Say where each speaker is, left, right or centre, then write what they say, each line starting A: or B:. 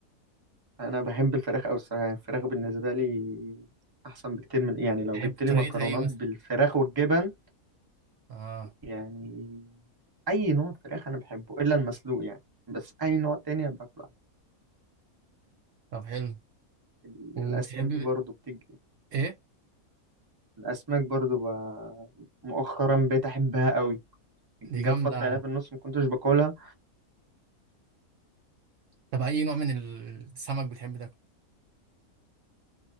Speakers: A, on the right; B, on the right.
A: انا بحب الفراخ قوي الصراحه يعني الفراخ بالنسبه لي احسن بكتير من يعني لو
B: تحب
A: جبت لي
B: طريقتها
A: مكرونات
B: إيه
A: بالفراخ
B: مثلا
A: والجبن
B: اه
A: يعني اي نوع فراخ انا بحبه الا المسلوق يعني بس اي نوع تاني أنا باكله عادي.
B: طب حلو
A: ال-
B: وبتحب
A: الاسماك برضو بتيجي
B: إيه
A: الاسماك برضو ب... مؤخرا بقيت احبها قوي جت
B: دي جامدة
A: فتره عليها في النص ما كنتش باكلها
B: طب أي نوع من السمك بتحب تاكل؟